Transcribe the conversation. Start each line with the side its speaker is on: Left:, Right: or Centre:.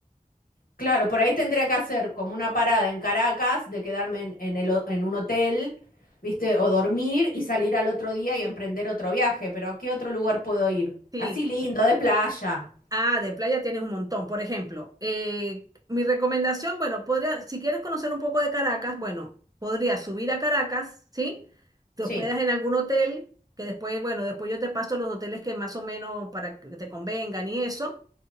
Left: claro. Por ahí tendría que hacer como una parada en Caracas de quedarme en, en el, ho- en un hotel, ¿viste? O dormir y salir al otro día y emprender otro viaje. Pero ¿a qué otro lugar puedo ir?
Right: Sí,
Left: Así lindo, de playa.
Right: Ah, de playa tienes un montón. Por ejemplo, eh, mi recomendación, bueno, podría, si quieres conocer un poco de Caracas, bueno, podrías subir a Caracas, ¿sí? Te
Left: Sí,
Right: hospedas en algún hotel, que después, bueno, después yo te paso los hoteles que más o menos para que te convengan y eso.